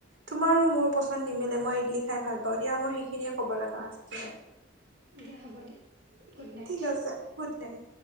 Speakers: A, on the right (about 80°); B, on the right (about 60°).
A: তোমাৰো মোৰ পচন্দ নিমিলে। মই ইডলি খাই ভাল প দিয়া মোৰ সেইখিনিয়ে ক'ব লগা আছিলে।
B: দিয়া হ'ব দিয়া। গুড নাইট
A: ঠিক আছে, গুড নাইট।